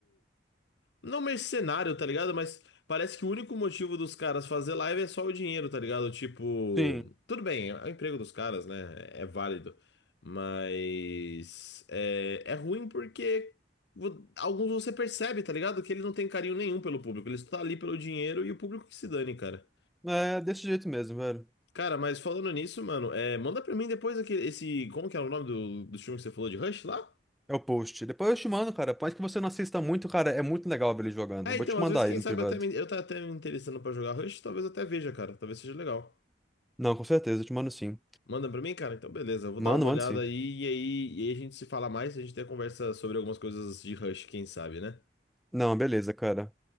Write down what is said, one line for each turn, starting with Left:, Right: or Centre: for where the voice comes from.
Left: Não mercenário, tá ligado? Mas parece que o único motivo dos caras fazer live é só o dinheiro, tá ligado? Tipo,
Centre: Sim,
Left: tudo bem, é o emprego dos caras, né? É válido. Mas é, é ruim porque vo- alguns você percebe, tá ligado? Que eles não têm carinho nenhum pelo público. Eles estão ali pelo dinheiro e o público que se dane, cara.
Centre: é desse jeito mesmo, velho.
Left: Cara, mas falando nisso, mano, é, manda pra mim depois aquele, esse. Como que é o nome do, do filme que você falou de Rush lá?
Centre: É o post. Depois eu te mando, cara. Por mais que você não assista muito, cara, é muito legal ver ele jogando.
Left: Ah,
Centre: Eu vou
Left: então,
Centre: te
Left: às
Centre: mandar
Left: vezes, quem
Centre: aí no
Left: sabe,
Centre: privado.
Left: até me, eu tá até me interessando pra jogar Rush, talvez eu até veja, cara. Talvez seja legal.
Centre: Não, com certeza, eu te mando sim.
Left: Manda pra mim, cara? Então, beleza. Eu vou
Centre: Mando,
Left: dar uma
Centre: mando
Left: olhada
Centre: sim.
Left: aí e aí, e aí a gente se fala mais. A gente tem conversa sobre algumas coisas de Rush, quem sabe, né?
Centre: Não, beleza, cara.